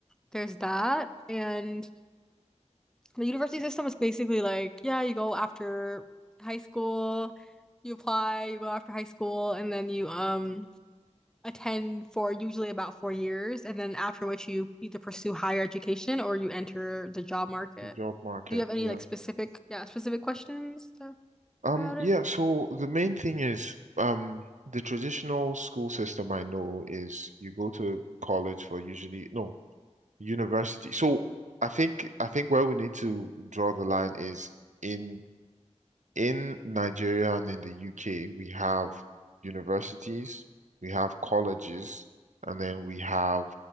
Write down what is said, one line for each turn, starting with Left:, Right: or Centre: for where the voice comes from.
Centre: there's that, and the university system is basically like, yeah, you go after high school, you apply, you go after high school, and then you um attend for usually about four years, and then after which you either pursue higher education or you enter the job market.
Right: The job market.
Centre: Do you have any
Right: Yeah.
Centre: like specific, yeah, specific questions to,
Right: Um,
Centre: about it?
Right: yeah, so the main thing is um the traditional school system I know is you go to college for usually no, university. So I think I think where we need to draw the line is in in Nigeria and in the UK, we have universities, we have colleges, and then we have